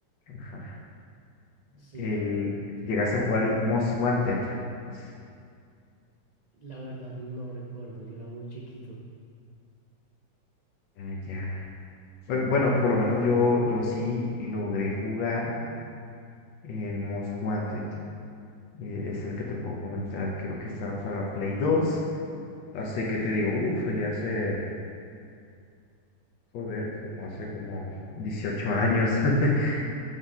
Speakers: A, on the left (about 85°); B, on the right (about 70°).
A: Ajá.
B: Sí.
A: El, llegaste a jugar el Most Wanted. Pues,
B: La verdad no recuerdo, yo era muy chiquito.
A: ah, ya. Bu- Bueno, por lo menos yo, yo sí logré jugar el Most Wanted. eh, es el que te puedo comentar. Creo que estaba para Play 2. Así que te digo, uff, ya hace, joder, como hace como 18 años. <laughs>